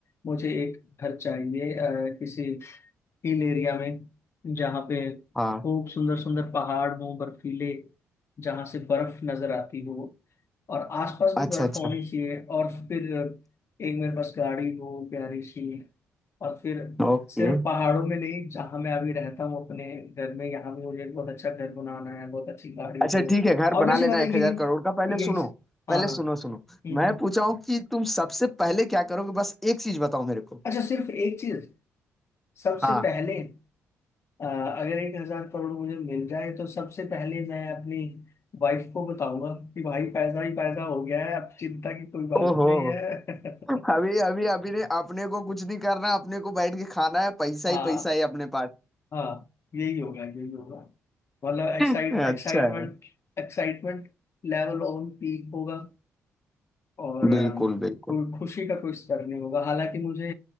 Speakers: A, on the left; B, in the centre.
A: मुझे एक घर चाहिए अ, किसी हिल एरिया में जहाँ पे
B: हाँ
A: खूब सुंदर सुंदर पहाड़ हो बर्फीले जहाँ से बर्फ नजर आती हो और आसपास भी
B: अच्छा
A: बर्फ
B: अच्छा
A: होनी चाहिए और फिर एक मेरे पास गाड़ी हो प्यारी सी और फिर
B: ओके
A: सिर्फ पहाड़ों में नहीं जहाँ मैं अभी रहता हूँ अपने घर में यहाँ भी मुझे एक बहुत अच्छा घर बनाना है बहुत अच्छी गाड़ी
B: अच्छा
A: हो
B: ठीक है घर
A: ऑब्वियसली
B: बना लेना
A: बात है
B: एक
A: यही
B: हजार करोड़ का पहले सुनो
A: यही हाँ
B: पहले
A: हाँ
B: सुनो सुनो
A: हम्म
B: मैं
A: हम्म।
B: पूछा हूँ कि तुम सबसे पहले क्या करोगे बस एक चीज बताओ मेरे को
A: अच्छा सिर्फ एक चीज सबसे
B: हाँ
A: पहले अ, अगर एक हजार करोड़ मुझे मिल जाए तो सबसे पहले मैं अपनी वाइफ को बताऊंगा कि भाई पैसा ही पैसा हो गया है अब चिंता की कोई बात
B: ओहो
A: नहीं है <laughs>
B: अभी अभी अभी ने अपने को कुछ नहीं करना अपने को बैठ के खाना है पैसा
A: हाँ
B: ही पैसा है अपने पास
A: हाँ यही होगा यही होगा मतलब एक्साइट
B: अच्छा
A: एक्साइटमेंट
B: है
A: एक्साइटमेंट लेवल ऑन पीक होगा और अम,
B: बिल्कुल बिल्कुल
A: कोई खुशी का कोई स्तर नहीं होगा हालांकि मुझे